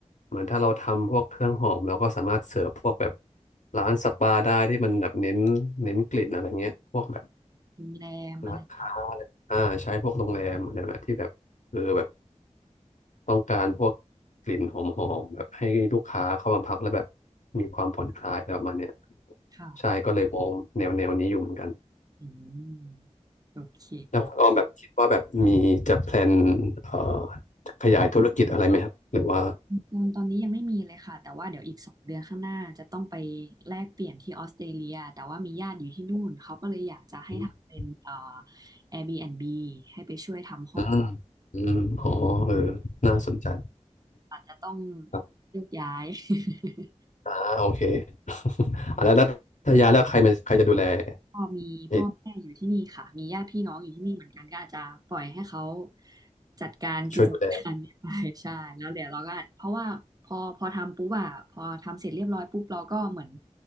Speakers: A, on the left; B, on the right.
A: เหมือนถ้าเราทำพวกเครื่องหอมเราก็สามารถเสิร์ฟพวกแบบร้านสปาได้ที่มันแบบเน้นเน้นกลิ่นอะไรเงี้ยพวกแบบ
B: โรงแรมอะไรอย่างนี้
A: ร้านค้าอะไรอ่าใช้พวกโรงแรมอะไรแบบที่แบบเออแบบต้องการพวกกลิ่นหอมๆแบบให้ลูกค้าเข้ามาพักแล้วแบบมีความผ่อนคลายอะไรประมาณเนี้ย
B: ค่ะ
A: ใช่ก็เลยมองแนวแนวนี้อยู่เหมือนกัน
B: อืมโอเค
A: แล้วคุณออมแบบคิดว่าแบบมีจะแพลนเอ่อขยายธุรกิจอะไรไหมครับหรือว่า
B: ตอนตอนนี้ยังไม่มีเลยค่ะแต่ว่าเดี๋ยวอีกสองเดือนข้างหน้าจะต้องไปแลกเปลี่ยนที่ออสเตรเลียแต่ว่ามีญาติอยู่ที่นู่นเขาก็เลยอยากจะให้ทำเป็นเอ่อ
A: อ
B: Airbnb ให้ไปช่วยทำห้อง
A: ืมอืมอ๋อเออน่าสนใจ
B: อาจจะต้อง
A: ครับ
B: โยกย้าย <laughs>
A: อ่าโอเค <laughs> อ่ะแล้วแล้วถ้าย้ายแล้วใครมาใครจะดูแล
B: ก็มีพ่อแม่อยู่ที่นี่ค่ะมีญาติพี่น้องอยู่ที่นี่เหมือนกันก็อาจจะปล่อยให้เขา
A: เออ
B: จัดการกิจการนี้ไป
A: ช่วยดูแล
B: <laughs> ใช่แล้วเดี๋ยวเราก็อาจเพราะว่าพอพอทำปุ๊บอะพอทำเสร็จเรียบร้อยปุ๊บเราก็เหมือน